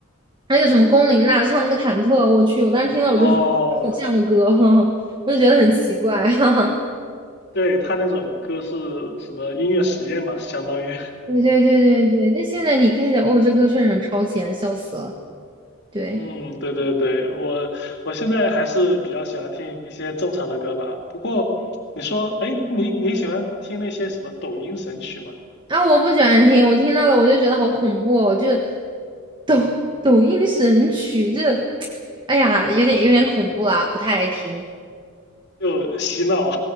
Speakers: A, on the right; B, on the left.
A: 那个什么龚琳娜唱那个忐忑，我去，我当时听到我就觉得有这样的歌，
B: 哦，
A: <laughs> 我就觉得很奇怪，<laughs> 哈哈。
B: 对，他那种歌是什么音乐实验嘛，相当于，
A: 对对对对对，就现在你看一下，哦，这歌确实很超前，笑死了。
B: <laughs>
A: 对，
B: 嗯，对对对，我我现在还是比较喜欢听一些正常的歌吧。不过你说，哎，你你喜欢听那些什么抖音神曲吗？
A: 啊，我不喜欢听，我听到了我就觉得好恐怖哦，就抖抖音神曲，这，哎呀，有点有点恐怖啦，不太爱听。
B: 就洗脑，